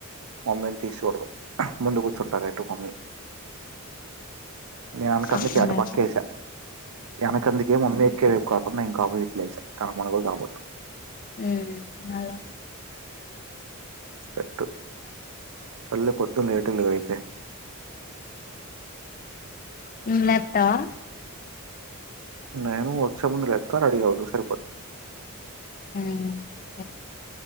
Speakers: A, on the right; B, on the left.
A: మమ్మీని తీసుకోడు ముందుకు ంట ర ఎ టటు మమ్మీ నేను వెనకందుకే
B: కాకుండా
A: అట పక్క వేసా వెనక అందుకే మమ్మీ ఎక్కే ఇంకాపోజిట్ చేశా కనపన్ కూడా కనిపెట్రు
B: మ్మ్ అలా
A: చెట్టు చల్ల పొద్దున్న రేటిలుగా అయితే
B: మ్మ్ లేత్తా
A: నేను వచ్చే ముందు లేత్త రెడీ అవుధువు సరిపోద్ది
B: మ్మ్ సరే